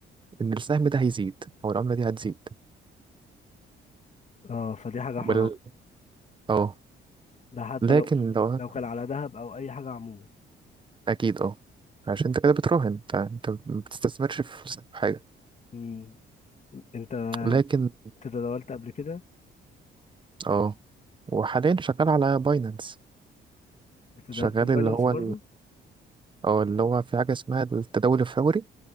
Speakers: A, on the right; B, on the left.
A: إن السهم ده هيزيد أو العملة دي هتزيد
B: اه فدي حاجه
A: وال
B: حرام
A: اه
B: ده حتى
A: لكن
B: لو
A: لو
B: لو كان على ذهب او اي حاجه عموما
A: أكيد اه عشان انت كده بتراهن انت انت ما بتستثمرش فلوسك في حاجة
B: مم. انت
A: لكن
B: انت تداولت قبل كده
A: اه وحاليا شغال على باينانس
B: انت تداولت
A: شغال
B: في باينانس
A: اللي هو
B: برضو
A: أو اللي هو في حاجة اسمها التداول الفوري